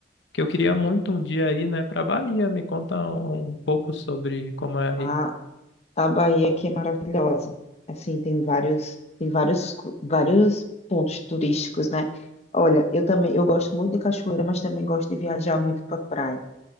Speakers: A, on the left; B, on the left.
A: que eu queria muito um dia aí, né, pra Bahia. Me conta um pouco sobre como é aí.
B: a, a Bahia aqui é maravilhosa. Assim, tem vários, tem vários, cu- vários pontos turísticos, né? Olha, eu também, eu gosto muito de cachoeira, mas também gosto de viajar muito para praia.